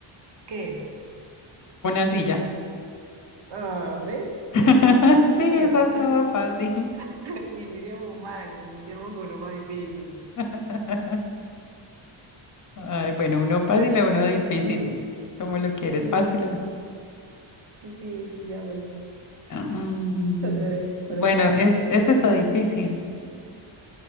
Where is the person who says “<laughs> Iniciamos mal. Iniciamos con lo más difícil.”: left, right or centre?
Right